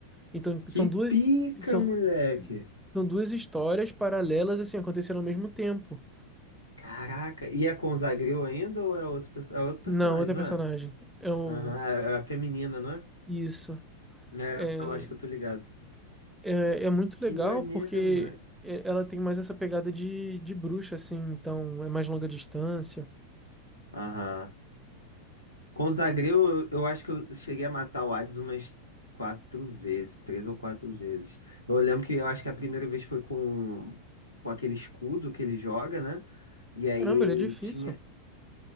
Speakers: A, in the centre; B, on the left.
A: Então,
B: Que
A: são duas,
B: pica,
A: são,
B: moleque!
A: são duas histórias paralelas, assim, acontecendo ao mesmo tempo.
B: Caraca, e é com o Zagreu ainda ou é outro, perso- é outro personagem,
A: Não, outra
B: não
A: personagem.
B: é?
A: É um,
B: Aham, é é a feminina, não é?
A: isso.
B: É,
A: É,
B: eu acho que eu tô ligado.
A: É, é muito
B: Que
A: legal
B: maneiro,
A: porque
B: moleque.
A: é- ela tem mais essa pegada de, de bruxa, assim, então é mais longa distância.
B: Aham. Com o Zagreu, eu, eu acho que eu cheguei a matar o Hades umas quatro vezes, três ou quatro vezes. Eu lembro que eu acho que a primeira vez foi com, com aquele escudo que ele joga, né? E aí
A: Caramba, ele é difícil.
B: tinha.